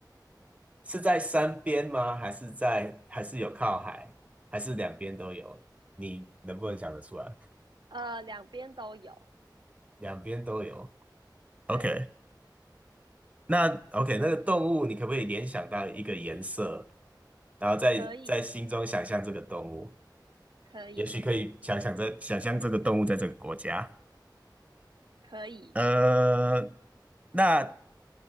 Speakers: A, on the right; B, on the right.
A: 是在山边吗？还是在，还是有靠海，还是两边都有？你能不能想得出来？
B: 呃，两边都有，
A: 两边都有。o
B: 对，
A: k 那 OK，那个动物你可不可以联想到一个颜色，然后在在心中想象这个动物？
B: 可以，可以，
A: 也许可以想想这想象这个动物在这个国家。
B: 可以，
A: 呃，那